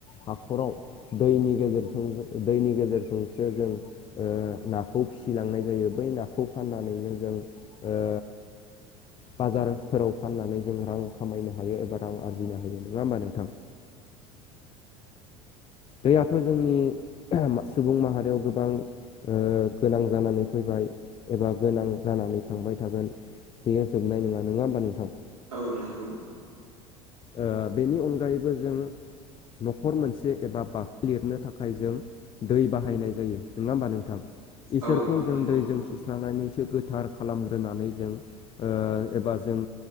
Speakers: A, on the left; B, on the right.
A: हाखराव दैनि गेजेरजों दैनि गेजेरजोंसो जों। ओ नाखौ फिसिलांनाय जायो बै नाखौ फाननानैनो जों ओ। बाजारफोराव फाननानै जों रां खामायनो हायो एबा रां आरजिनो हायो नोङा होमबा नोंथां। दैयाथ' जोंनि सुबुं माहारियाव गोबां। ओ गोनां जानानै फैबाय एबा गोनां जानानै थांबाय थागोन। बियो जोबनाय नोङा नोङा होमबा नोंथां।
B: औ नोंगौ।
A: ओ बेनि अनगायैबो जों न'खर मोनसे। एबा बाथ लिरनो थाखाय जों दै बाहायनाय जायो नोंङा होमबा नोंथां। इसोरखौ
B: औ नंगौ औ नंगौ
A: जों दैजों सु। सुस्रानानैसो गोथार खालामग्रोनानै जों ओ एबा जों।